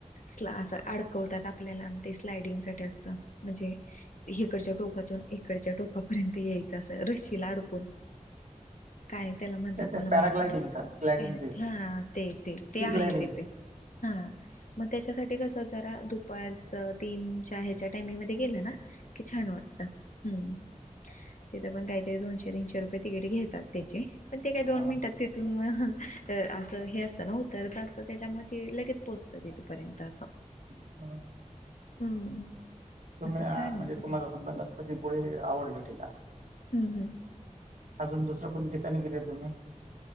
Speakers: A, on the left; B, on the right.
A: स्ला अडकवतात आपल्याला ते स्लाडींग साठी असत म्हणजे हिकडंच टोक टोकातून इकडच्या टोकापर्यंत यायचं अस रस्सीला अडकून काय त्याला म्हणतात
B: त्या
A: मला माहित
B: पॅराग्लायडिंग
A: नाही
B: सारखं ग्लायडिंग ते
A: हा ते ते ते
B: सी
A: आहे
B: ग्लायडिंग
A: तेथे. हा मग त्याच्यासाठी कस जरा दुपारच तीन च ह्याच्या टाइमिंग मध्ये गेलं ना की छान वाटत. हम्म तिथ पण काहीतरी दोनशे तीनशे रुपये तिकीट घेतात त्याचे. पण ते काय
B: हा
A: दोन मिनिटात तिथून मग. तर असं हे असतं ना उतरत असत त्याच्या म ते लगेच पोहोचतं तथपर्यंत असं.
B: <inaudible>
A: हम्म.
B: तुम्ही
A: असं छान आहे
B: म्हणजे
A: तिकडे
B: तम्हाला समजा गणपती पुढे आवडलं ठठीा.
A: हम्म हम्म.
B: अजून दुसर्या कोणत्या ठिकाणी गेले तुम्ही.